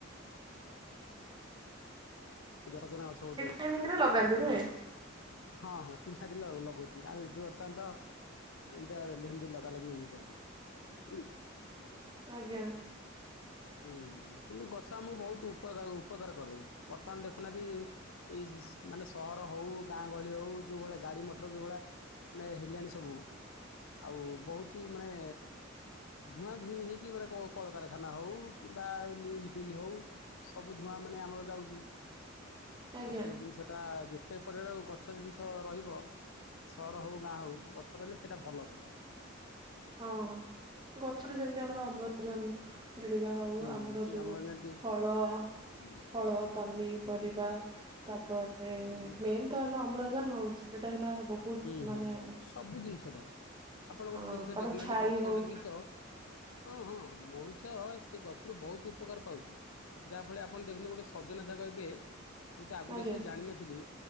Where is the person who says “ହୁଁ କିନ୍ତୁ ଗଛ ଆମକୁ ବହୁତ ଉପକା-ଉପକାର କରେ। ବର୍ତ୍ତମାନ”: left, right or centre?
Left